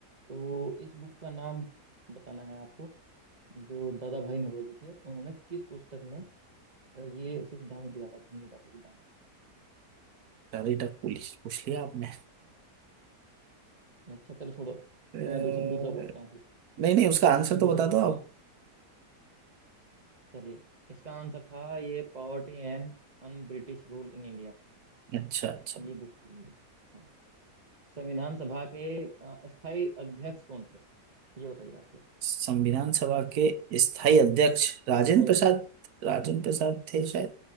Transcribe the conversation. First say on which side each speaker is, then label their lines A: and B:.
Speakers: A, on the right; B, on the right.
A: तो इस बुक का नाम बताना है आपको जो दादा भाई नौरोजी थे उन्होंने किस पुस्तक में अ, ये सिद्धांत दिया था धन निकासी सिद्धांत
B: सारी टफ पूछ पूछ लिया आपने
A: अच्छा चलो छोड़ो
B: नहीं
A: मैं दूसरा दूसरा पूछता हूँ फिर
B: नहीं उसका आंसर
A: मैं
B: तो
A: दूसरा
B: बता दो
A: पूछता हूँ
B: आप
A: चलिए इसका आंसर था ये poverty and un British rule in India
B: अच्छा अच्छा
A: ये बुक थी इनकी हाँ संविधान सभा के अ, स्थायी अध्यक्ष कौन थे ये बताइए आप फिर
B: संविधान सभा के स्थायी अध्यक्ष राजेंद्र
A: स्थायी
B: प्रसाद
A: अध्यक्ष
B: राजेंद्र प्रसाद थे शायद